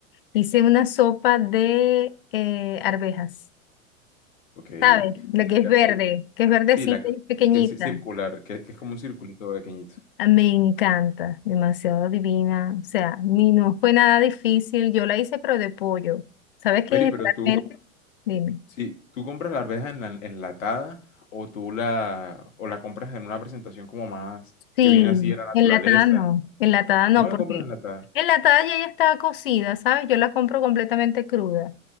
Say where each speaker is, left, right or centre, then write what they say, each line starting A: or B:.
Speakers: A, on the left (about 40°); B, on the left (about 65°).
A: hice una sopa de eh, arvejas.
B: Ok,
A: ¿Sabes? Lo
B: ven
A: que
B: acá.
A: es verde, que es verdecita
B: Sí, la que,
A: y pequeñita.
B: que es circular, que, que es como un circulito pequeñito.
A: Ah, Me encanta, demasiado divina. O sea, ni no fue nada difícil. Yo la hice, pero de pollo. ¿Sabes
B: Mary,
A: qué?
B: pero tú,
A: Generalmente, dime.
B: si tú compras la arveja en la- enlatada o tú la, o la compras en una presentación como más
A: Sí,
B: que viene así de la naturaleza,
A: enlatada no, enlatada no,
B: no la
A: porque
B: compras enlatada.
A: enlatada ya, ya está cocida, ¿sabes? Yo la compro completamente cruda,